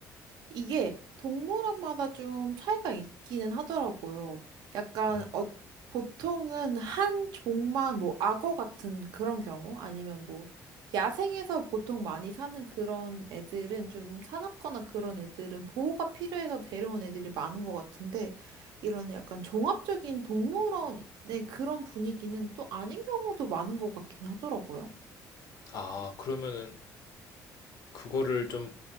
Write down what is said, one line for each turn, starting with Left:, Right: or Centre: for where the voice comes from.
Right: 이게 동물원마다 좀 차이가 있기는 하더라고요. 약간
Left: 음.
Right: 어, 보통은 한 종만 뭐 악어 같은 그런 경우 아니면 뭐 야생에서 보통 많이 사는 그런 애들은 좀 사납거나 그런 애들은 보호가 필요해서 데려온 애들이 많은 것 같은데 이런 약간 종합적인 동물원의 그런 분위기는 또 아닌 경우도 많은 것 같긴 하더라고요.
Left: 아, 그러면은 그거를 좀